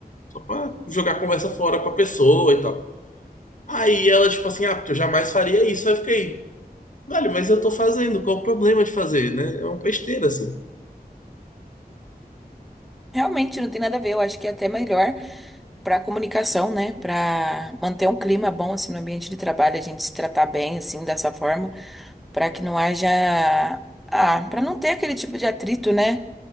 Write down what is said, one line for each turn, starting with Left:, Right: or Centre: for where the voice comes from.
Left: só pra jogar a conversa fora com a pessoa e tal. Aí ela, tipo assim, ah, porque eu jamais faria isso. Aí eu fiquei, velho, mas eu tô fazendo, qual o problema de fazer, né? É uma besteira, assim.
Centre: Realmente não tem nada a ver. Eu acho que é até melhor para comunicação, né? Para manter um clima bom assim no ambiente de trabalho, a gente se tratar bem assim dessa forma, para que não haja ah, para não ter aquele tipo de atrito, né?